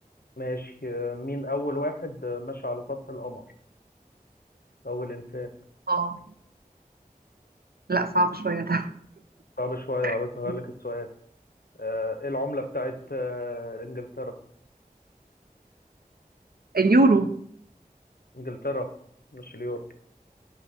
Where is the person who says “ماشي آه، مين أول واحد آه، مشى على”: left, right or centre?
Left